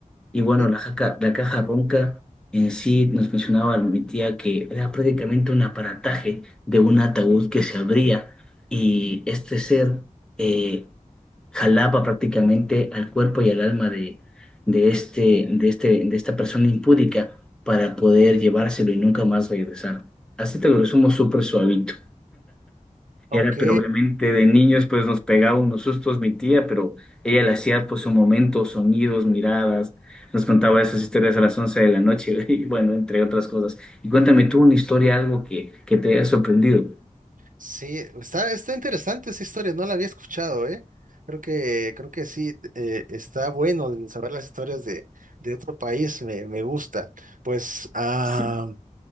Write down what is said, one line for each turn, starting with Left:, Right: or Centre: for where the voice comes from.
Centre: Y
Right: ok.
Centre: bueno, la jaca- la caja ronca en sí nos mencionaba mi tía que era prácticamente un aparataje de un ataúd que se abría y este ser eh, jalaba prácticamente al cuerpo y al alma de, de, este, de, este, de esta persona impúdica para poder llevárselo y nunca más regresar. Así te lo resumo súper suavito.
Right: Ok,
Centre: Era, pero obviamente de niños pues nos pegaba unos sustos mi tía, pero ella le hacía pues un momento, sonidos, miradas, nos contaba esas historias a las 11 de la noche <laughs> y bueno, entre otras cosas. Y cuéntame tú una historia, algo que, que te haya sorprendido.
Right: sí, está, está interesante esa historia, no la había escuchado, ¿eh? Creo que, creo que sí, eh, está bueno el saber las historias de, de otro país, me, me gusta. Pues, ah,
Centre: Sí,